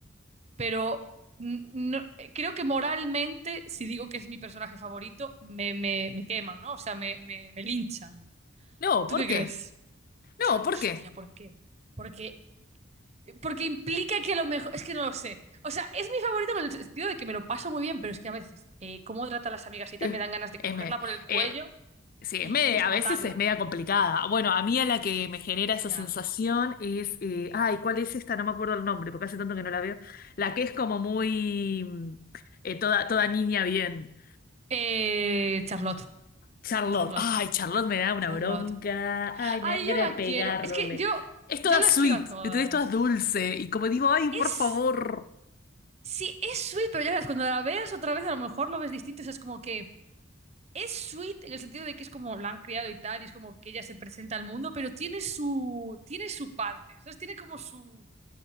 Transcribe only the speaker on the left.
No,
¿por
qué?
No, ¿por
qué?
Eh,
es
me-
eh, sí,
es me-
a
veces es media complicada. Bueno, a mí a la que me genera esa
sensación es, eh, ay, ¿cuál es esta? No me acuerdo el nombre, porque hace tanto que no la veo. La que es como muy, mm, eh, toda, toda niña bien.
Charlotte,
ay, Charlotte me da una
bronca, ay, me
dan ganas
de pegarle.
Es toda
sweet,
¿entendés? es toda dulce, y como digo, ay, por
favor.